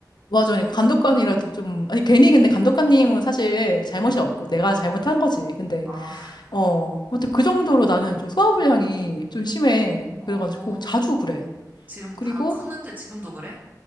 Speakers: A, on the left; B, on the right.
A: 맞아. 그러니까 감독관이라도 좀, 아니, 괜히 근데 감독관님은 사실 잘못이
B: 어,
A: 없고 내가 잘못한 거지. 근데,
B: 아, <laughs>
A: 어, 아무튼 그 정도로 나는 좀 소화불량이 좀 심해.
B: 어,
A: 그래가지고 자주 그래.
B: 지금
A: 그리고,
B: 다 컸는데 지금도 그래?